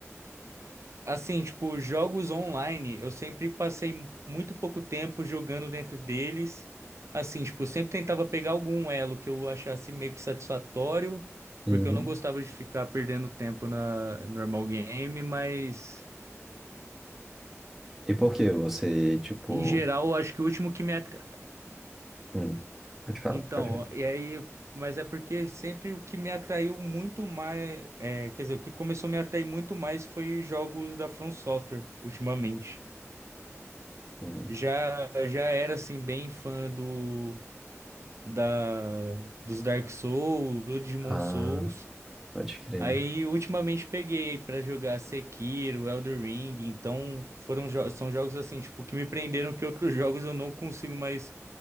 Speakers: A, on the right (about 65°); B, in the centre.
A: assim, tipo, jogos online, eu sempre passei muito pouco tempo jogando dentro deles. Assim, tipo, sempre tentava pegar algum elo que eu achasse meio que satisfatório,
B: Uhum.
A: porque eu não gostava de ficar perdendo tempo na normal game, mas
B: E por que você, tipo.
A: em geral, eu acho que o último que me at-
B: hum, pode falar,
A: Então,
B: pode.
A: e aí, mas é porque sempre o que me atraiu muito mais, é, quer dizer, o que começou a me atrair muito mais foi jogos da From Software ultimamente.
B: Hum.
A: Já já era assim bem fã do da dos Dark Souls, do Demon
B: Ah,
A: Souls.
B: pode crer.
A: Aí ultimamente peguei pra jogar Sekiro, Elden Ring, então foram jo- são jogos assim, tipo, que me prenderam que outros <laughs> jogos eu não consigo mais